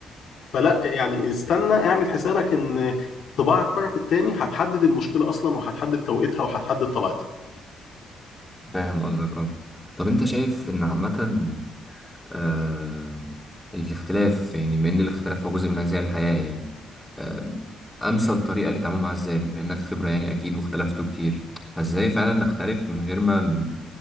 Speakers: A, on the left; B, in the centre.
A: فلا يعني استنى اعمل حسابك ان طباع الطرف التاني هتحدد المشكله اصلا وهتحدد توقيتها وهتحدد طبيعتها
B: فاهم قصدك اه طب انت شايف ان عامة آه، الاختلاف يعني بما ان الاختلاف هو جزء من اجزاء الحياة يعني آه، امثل طريقة للتعامل مع الذات بما انك خبرة يعني اكيد واختلفتوا كتير فازاي فعلا نختلف من غير ما ن-